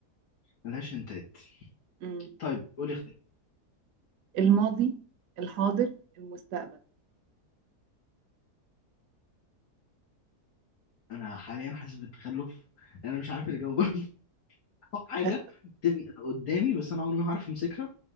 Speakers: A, on the left (about 60°); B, on the right (about 80°).
A: بلاش هنتات
B: مم.
A: طيب قولي
B: الماضي الحاضر المستقبل
A: انا حاليا حاسس بالتخلف انا مش عارف اللي جاوبني <laughs> حاجه
B: أس-
A: بتبقى قدامي بس انا عمري ما هعرف امسكها